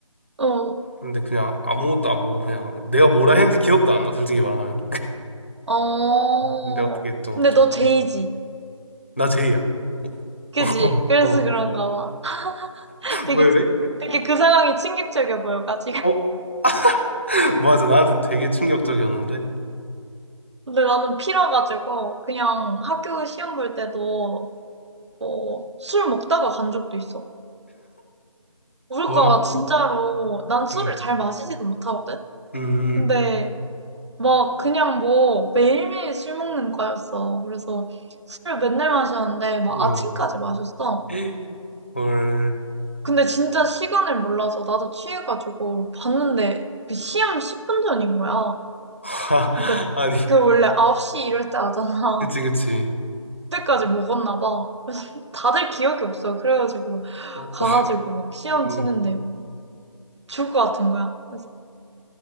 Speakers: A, on the right; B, on the left.
A: 어,
B: 근데 그냥 아무것도 안 보고 그냥 내가 뭐라 했는지 기억도 안 나, 솔직히 말하면.
A: 어.
B: 근데 어떻게 좀,
A: 근데
B: 좀,
A: 너 제이지.
B: 이렇게. 나 제이야.
A: 그지?
B: <laughs>
A: 그래서
B: 어,
A: 그런가 봐. <laughs> 되게,
B: 왜, 왜?
A: 되게 그 상황이 충격적이야 보여가지고.
B: 어, <laughs> 맞아. 나한테는 되게 충격적이었는데.
A: <laughs> 근데 나는 피라가지고 그냥 학교 시험 볼 때도 뭐술 먹다가 간 적도 있어. 우리
B: 와,
A: 과가 진짜로 난 술을
B: 예.
A: 잘 마시지도 못하거든?
B: 음,
A: 근데 막 그냥 뭐 매일매일 술 먹는 거였어. 그래서 술을 맨날 마셨는데 막
B: 와,
A: 아침까지 마셨어.
B: <laughs> 헐.
A: 근데 진짜 시간을 몰라서 나도 취해가지고 봤는데 그 시험 10분 전인 거야.
B: <laughs>
A: 그러니까
B: 아니,
A: 그 원래 9시 이럴 때 하잖아.
B: 그치, 그치.
A: 그때까지 먹었나 봐. 다들 기억이 없어. 그래가지고
B: 어,
A: 가가지고
B: 어,
A: 막 시험
B: 어.
A: 치는데 죽을 것 같은 거야. 그래서,